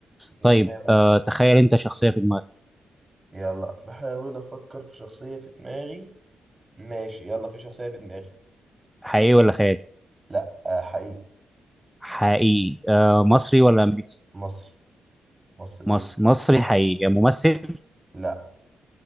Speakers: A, on the right; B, in the centre.
A: ايه
B: طيب
A: جامد
B: آه
A: ده
B: تخيل أنت شخصية في دماغك
A: يلا بحاول افكر في شخصيه في دماغي ماشي يلا في شخصيه في دماغي
B: حقيقي ولا خيالي
A: لا آه حقيقي
B: حقيقي آه مصري ولا امريكي
A: مصري مصري
B: مصري
A: وفي
B: مصري
A: مصر
B: حقيقي يعني ممثل
A: لا